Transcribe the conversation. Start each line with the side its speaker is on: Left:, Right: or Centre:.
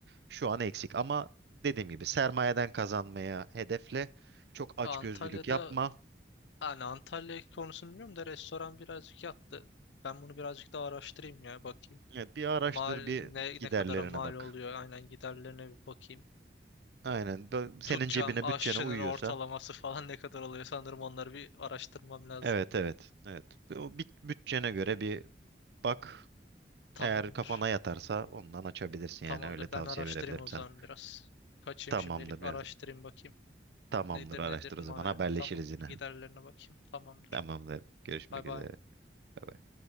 Right: şu an eksik. Ama dediğim gibi sermayeden kazanmaya hedefle. Çok açgözlülük
Left: Antalya'da
Right: yapma.
Left: yani Antalya konusunu bilmiyorum da restoran birazcık yattı. Ben bunu birazcık daha araştırayım ya bakayım.
Right: Evet, bir araştır,
Left: Mal
Right: bir
Left: ne
Right: giderlerine
Left: ne kadara mal
Right: bak.
Left: oluyor aynen giderlerine bir bakayım.
Right: Aynen. Bö- Senin
Left: tutacağım
Right: cebine,
Left: aşçının
Right: bütçene uyuyorsa.
Left: ortalaması falan ne kadar oluyor sanırım onları bir araştırmam lazım.
Right: Evet, evet, evet. O bit- bütçene göre bir bak.
Left: Tamamdır.
Right: Eğer kafana yatarsa ondan açabilirsin
Left: Tamamdır.
Right: yani öyle tavsiye
Left: Ben araştırayım
Right: verebilirim
Left: o
Right: sana.
Left: zaman biraz. Kaçayım
Right: Tamamdır.
Left: şimdilik. Araştırayım bakayım.
Right: Tamamdır
Left: Nedir
Right: araştır
Left: nedir? Mal
Right: o zaman haberleşiriz
Left: tamamdır.
Right: yine.
Left: Giderlerine bakayım. Tamamdır.
Right: Tamamdır. Görüşmek
Left: Bay bay.
Right: üzere. Bay bay.